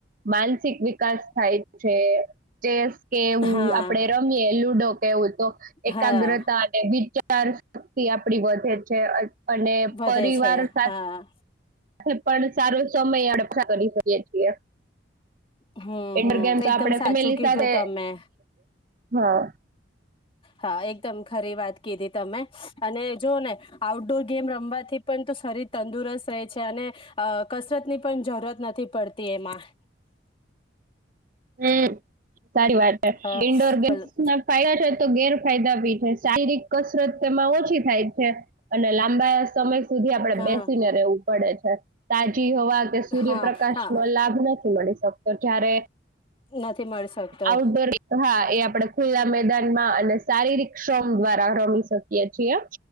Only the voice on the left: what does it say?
હા
હા
વધે
છે
હા
હમ્મ,
હમ્મ.
એકદમ
સાચું
કીધું
તમે.
હા, એકદમ ખરી વાત કીધી તમે. અને જોઓ ને આઉટડોર ગેમ રમવાથી પણ તો શરીર તંદુરસ્ત રહે છે અને અહ કસરતની પણ જરૂરત નથી પડતી એમાં.
હા
ભલે
હા
હા હા
નથી મળી શકતો